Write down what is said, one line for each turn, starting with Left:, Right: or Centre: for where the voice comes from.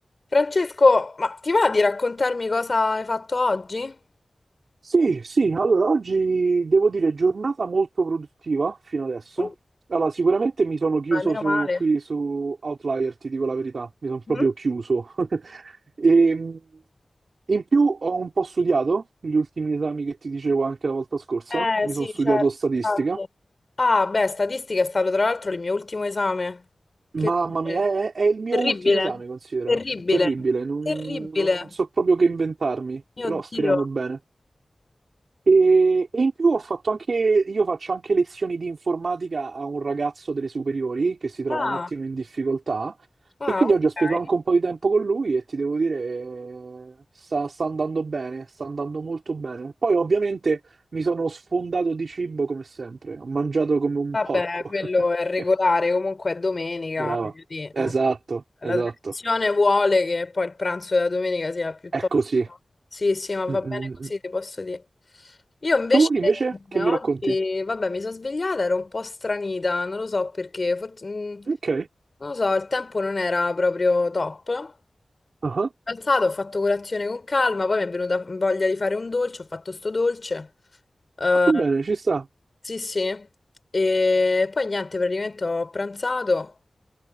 Left: Francesco, ma ti va di raccontarmi cosa hai fatto oggi?
Right: Sì, sì, allora oggi devo dire giornata molto produttiva fino adesso.
Left: Mm?
Right: Allora, sicuramente mi sono chiuso
Left: Ah, meno
Right: su,
Left: male.
Right: qui su Outlier, ti dico la verità, mi sono proprio
Left: Mhm.
Right: chiuso. <laughs> E, mh, in più ho un po' studiato gli ultimi esami che ti dicevo anche la volta scorsa,
Left: Eh
Right: mi
Left: sì,
Right: sono studiato
Left: certo,
Right: statistica.
Left: infatti. Ah, beh, statistica è stato tra l'altro il mio ultimo esame. Che
Right: Mamma
Left: orribile.
Right: mia, è, è il mio
Left: Terribile,
Right: ultimo esame, considera.
Left: terribile,
Right: È terribile, non
Left: terribile.
Right: non- non so proprio che inventarmi,
Left: Mio
Right: però speriamo
Left: Dio.
Right: bene. E, e in più ho fatto anche, io faccio anche lezioni di informatica a un ragazzo delle superiori che si trova
Left: Ah,
Right: un attimo in difficoltà
Left: Ah,
Right: e quindi
Left: ok.
Right: oggi ho speso anche un po' di tempo con lui e ti devo dire, eh, sta, sta andando bene, sta andando molto bene. Poi ovviamente mi sono sfondato di cibo come sempre, ho mangiato come un
Left: Vabbè,
Right: porco.
Left: quello
Right: <laughs>
Left: è regolare, comunque è domenica,
Right: Brava.
Left: quindi eh,
Right: Esatto,
Left: la
Right: esatto.
Left: tradizione vuole che poi il pranzo della domenica sia piuttosto...
Right: È così.
Left: Sì, sì, ma va
Right: Mm, mm,
Left: bene così,
Right: mm.
Left: ti posso dire. Io invece
Right: Tu invece che
Left: eh,
Right: mi
Left: oggi,
Right: racconti?
Left: vabbè, mi sono svegliata, ero un po' stranita, non lo so perché, forse, mm,
Right: Ok,
Left: non lo so, il tempo non era proprio top.
Right: ah,
Left: Mi sono alzata, ho fatto colazione con calma, poi mi è venuta voglia di fare un dolce, ho fatto sto dolce. Eh,
Right: Fatto bene, ci sta.
Left: sì, sì. E poi niente, praticamente ho pranzato